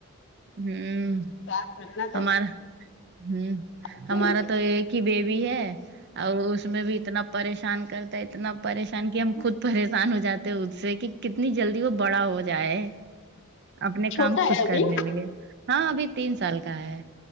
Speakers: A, on the right; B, on the left.
A: ہمم
B: کیا کرنا تو
A: ہمارا ہمم
B: ہے
A: ہمارا تو ایک کی بیبی ہے اور اس میں بھی اتنا پریشان کرتا ہے اتنا پریشان کہ ہم خود پریشان ہو جاتے ہیں اس سے کہ کتنی جلدی وہ بڑا ہو جائے اپنے
B: چھوٹا
A: کام خود
B: ہے ابھی
A: کرنے لگے ہاں ابھی تین سال کا ہے